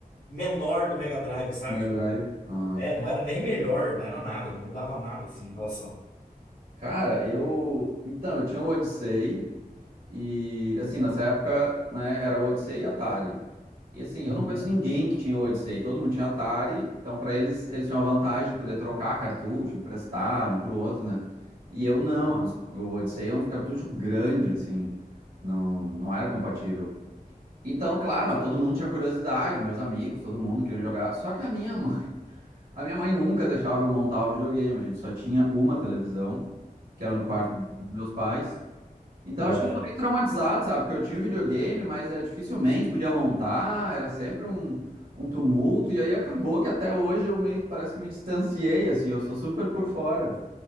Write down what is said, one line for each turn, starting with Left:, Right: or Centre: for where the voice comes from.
Left: menor do Mega Drive, sabe?
Right: Mega
Left: Tipo,
Right: Drive. Ah.
Left: é, não era nem melhor, não era nada, não mudava nada assim em relação.
Right: Cara, eu. Então, eu tinha o Odyssey. E assim, nessa época, né, era Odyssey e Atari. E assim,
Left: Uhum.
Right: eu não conheço ninguém que tinha Odyssey, todo mundo tinha Atari, então pra eles eles tinham a vantagem de poder trocar cartucho, emprestar um pro outro, né? E eu não, era uns- o Odyssey é um cartucho grande assim, não não era compatível. Então, claro, mas todo mundo tinha curiosidade, meus amigos, todo mundo queria jogar. Só que a minha mãe, <laughs> a minha mãe nunca deixava eu montar o videogame, a gente só tinha uma televisão, que era no quarto dos meus pais. Então,
Left: é.
Right: acho que eu sou meio traumatizado, sabe? Porque eu tinha um videogame, mas é, dificilmente podia montar, era sempre um, um tumulto, e aí acabou que até hoje eu meio que parece que me distanciei, assim, eu sou super por fora.